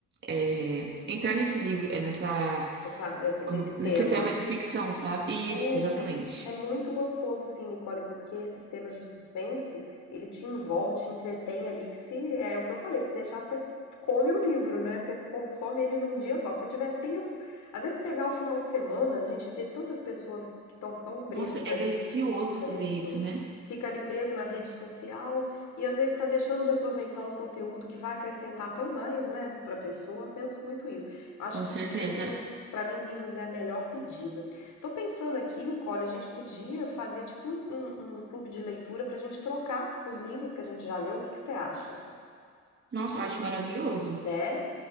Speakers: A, on the right; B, on the left.
A: é, entrar nesse livro, é nessa,
B: Essa, nesse, nesse
A: como- nesse
B: tema.
A: tema de ficção, sabe? Isso,
B: É,
A: exatamente.
B: é muito gostoso, sim, Nicole, porque esses temas de suspense, ele te envolve, te entretém ali, que se, é o que eu falei, se deixar, você come o livro, né? Você consome ele num dia só, se você tiver tempo. Às vezes pegar o final de semana, a gente vê tantas pessoas que estão tão presas
A: Nossa, é
B: ali
A: delicioso
B: É
A: fazer
B: delicioso.
A: isso, né?
B: Fica ali preso na rede social e às vezes está deixando de aproveitar um conteúdo que vai acrescentar tão mais, né, para a pessoa. Eu penso muito isso. Eu acho
A: Com
B: que
A: certeza.
B: livros, para mim, livros é a melhor pedida. Tô pensando aqui, Nicole, a gente podia fazer tipo um, um- um clube de leitura para a gente trocar os livros que a gente já leu. O que que você acha?
A: Nossa, eu acho maravilhoso.
B: Né?